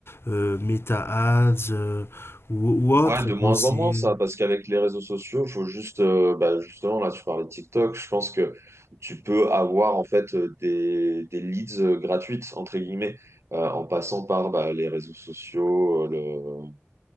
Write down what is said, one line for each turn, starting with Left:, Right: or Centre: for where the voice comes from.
Left: euh, Meta Ads euh, ou, ou autre.
Right: Ouais, de
Left: On peut
Right: moins
Left: aussi.
Right: en moins
Left: euh,
Right: ça, parce qu'avec les réseaux sociaux, faut juste, euh, bah, justement, là, tu parlais de TikTok, je pense que tu peux avoir en fait euh, des, des leads euh, gratuites, entre guillemets, euh, en passant par bah, les réseaux sociaux, de